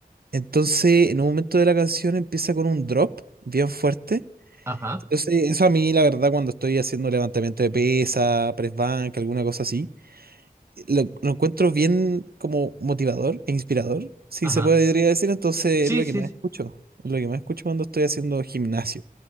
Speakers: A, on the right (about 75°); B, on the right (about 15°).
A: Entonces, en un momento de la canción empieza con un drop bien fuerte.
B: Ajá,
A: Entonces, eso a mí, la verdad, cuando estoy haciendo levantamiento de pesa, press bank, alguna cosa así, lo, lo encuentro bien como motivador e inspirador, si
B: ajá.
A: se podría decir. Entonces,
B: Sí,
A: es lo
B: sí,
A: que más
B: sí.
A: escucho. Es lo que más escucho cuando estoy haciendo gimnasio.